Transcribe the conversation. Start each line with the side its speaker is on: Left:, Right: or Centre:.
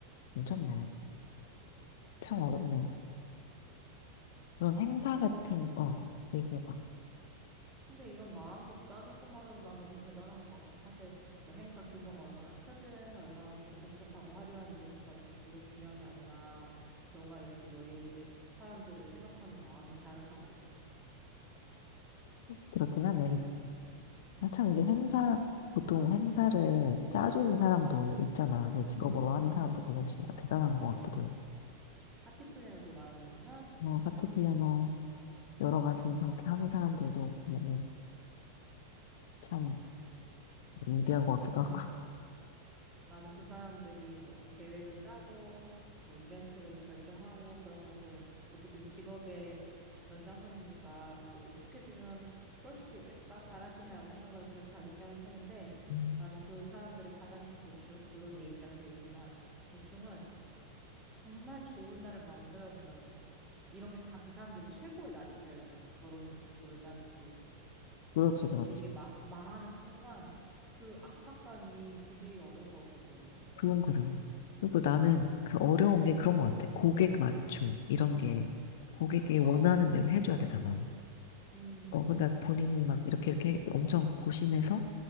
Left: 괜찮네.
Right: 음,
Left: 참 어렵네. 그런 행사
Right: 근데,
Left: 같은,
Right: 음.
Left: 어, 되게 막
Right: 근데 이런 마음이 있다는 것만으로 난 너무 대단한 것 같아. 사실, 뭐 행사 규모가 얼마나 크든, 얼마나 좀 복잡하고 화려한 이벤트가 있든, 그게 중요한 게 아니라, 너가 이렇게 너의 집 사람들을 생각하는 마음이 갸륵한 거잖아.
Left: 그렇긴 하네. 아, 참 이게 행사, 보통 행사를 짜주는 사람도 있잖아. 그 직업으로
Right: 음,
Left: 하는
Right: 음.
Left: 사람도 보면 진짜 대단한 것 같기도 해.
Right: 파티 플래너들 말하는 거구나.
Left: 뭐, 파티플래너, 여러 가지 그렇게 하는 사람들도 보면은 참 위대한 것 같기도 하고.
Right: 나는 그 사람들이 뭐 계획을 짜고 뭐 이벤트를 결정하고 그런 것들은 어쨌든 직업의 연장선이니까 뭐 익숙해지면 그럴 수도 있겠다. 잘하시네라고 생각을 그냥 가볍게 하는 편인데
Left: 음,
Right: 나는 그 사람들의 가장 큰 고충, 물론 내 입장에서 얘기지만 고충은 정말 좋은 날을 만들어야 된다는 것 같아. 이런 게 다 그 사람들의 최고의 날이 돼야 되잖아. 결혼식, 돌잔치.
Left: 그렇지, 그렇지.
Right: 근데 이게 마, 망하는 순간 그 압박감이 견디기가 어려울 것 같거든.
Left: 그건 그래. 그리고 나는 그 어려운 게 그런 것 같아. 고객 맞춤, 이런 게 고객이
Right: 그치.
Left: 원하는 대로 해줘야 되잖아.
Right: 음,
Left: 어, 근데 본인이 막 이렇게 이렇게 엄청 고심해서